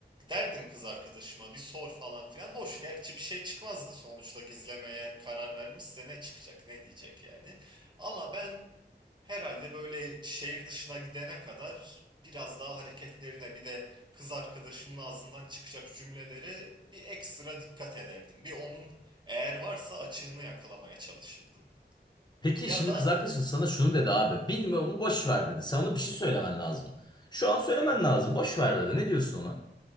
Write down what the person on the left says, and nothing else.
Peki
şimdi
kız arkadaşın sana şunu dedi abi. Bilmiyorum boş ver dedi. Sen ona bir şey söylemen lazım. Şu an söylemen lazım. Boş ver dedi. Ne diyorsun ona?